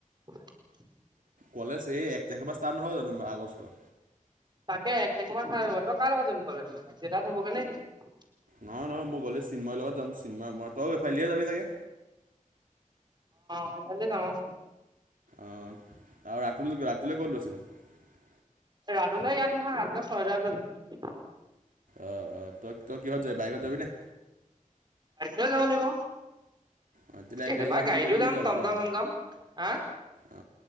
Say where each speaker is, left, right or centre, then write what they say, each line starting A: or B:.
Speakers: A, on the right; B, on the right.
A: <unintelligible>
B: কলেজ এই এক তাৰিখৰ পৰা ষ্টাৰ্ট নহয় জানো আগষ্ট?
A: তাকে এক তাৰিখৰ পৰাই ষ্টাৰ্ট হব। তই কাৰ লগত যাবি কলেজ? দেউতাই থবগে নেকি?
B: নহয় নহয় মই গ'লে চিমাৰ লগত যাম চিমাৰ মই তই এফালেহে যাবি চাগে
A: সেইফালে যাওঁ আও।
B: অঁ আৰু ৰাতুল ৰাতুল ক'ত আছিল ন।
A: ৰাতুল দাই ইয়াত নহয় ৰাতুলে ছয়দাত ললে
B: আহ আহ তই তই কিহত যাবি বাইকত যাবি নাই?
A: তই যাব লাগিব।
B: অঁ তেতিয়া
A: কেতিয়াবা
B: একেলে আমি
A: গাড়ীতো
B: গুটেই গুচ যাম
A: টমটম
B: আৰু ন
A: চমটম হা
B: অ